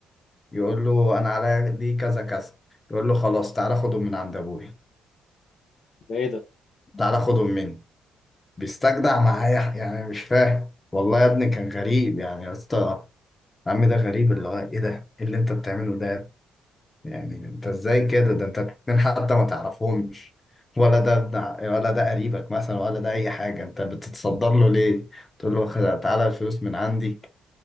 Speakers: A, on the left; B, on the left.
A: يقول له انا عليا دي كذا كذا يقول له خلاص تعالى خدهم من عند ابويا
B: ده ايه ده
A: تعالى خدهم مني بيستجدع معايا <laughs> يعني مش فاهم والله يا ابني كان غريب يعني يا اسطى عمي ده غريب اللي هو ايه ده ايه اللي انت بتعمله ده يعني انت ازاي كده ده انت اتنين حتى ما تعرفهمش ولا ده ابن ولا ده قريبك مثلا ولا ده اي حاجه انت بتتصدر له ليه تقول له خد- تعالى الفلوس من عندي